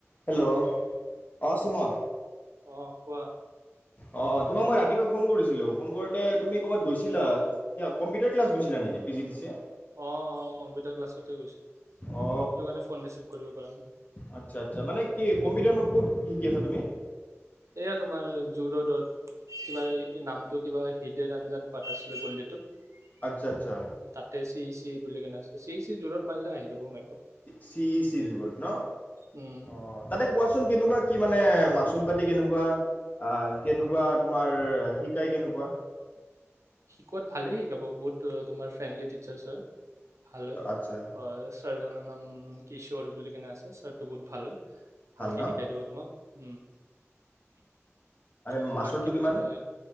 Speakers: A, on the left; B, on the right.
A: Hello, অ চুমন।
B: অঁ কোৱা
A: অ তোমাক মই ৰাতিপুৱা ফোন কৰিছিলোঁ, ফোন কৰোঁতে তুমি ক'বাত গৈছিলা কম্পিউটাৰ ক্লাছ গৈছিলা নেকি পিজিদিচি এ।
B: অঁ অঁ কম্পিউটাৰ ক্লাছতে গৈছোঁ। সেইটো
A: অ
B: কাৰণে ফোন ৰিচিভ কৰিব পৰা নাই।
A: আচ্ছা আচ্ছা মানে কি কম্পিউটাৰ মই ক'ত শিকি আছা তুমি
B: এয়া তোমাৰ জো-ৰডত। কিবা কি নামটো কিবা হৃদয় ৰঞ্জন পাঠক বুলি গল্লিটোত।
A: আচ্ছা আচ্ছা
B: তাতে শ্ৰী শ্ৰী বুলি কিনে। চি ই চি জো-ৰড মাৰিলে আহি যাব মেপত।
A: চি ই চি জু-ৰোড ন অ
B: উম
A: তাতে কোৱাচোন কেনেকুৱা কি মানে মাছ মাচুল পাতি কেনেকুৱা? অহ কেনেকুৱা তোমাৰ শিকাই কেনেকুৱা?
B: শিকোৱাত ভালেই শিকাব। বহুত তোমাৰ ফ্ৰেণ্ডলি টিচাৰছ হয়। ভালে।
A: আচ্ছা
B: অ চাৰজনৰ নাম কিশোৰ বুলি। এন এছ এছ ছাৰ্‌টো বহুত ভাল হয়। ভালকে
A: ভাল ন
B: শিকাই দিব তোমাক। উম।
A: আৰে
B: তোমাৰ
A: মাচুলটো
B: আৰু কি
A: কিমান
B: বুলি কয়